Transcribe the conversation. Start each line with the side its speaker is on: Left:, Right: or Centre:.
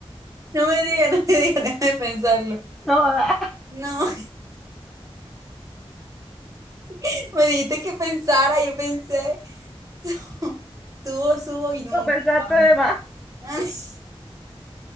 Right: No me digas, <laughs> no me digas, <laughs> déjame pensarlo.
Centre: No, ah,
Right: No, <laughs> me dijiste que pensara, yo pensé. <laughs> Subo, subo
Centre: <laughs>
Right: y nunca
Centre: lo pensaste
Right: bajo.
Centre: de más.
Right: <laughs>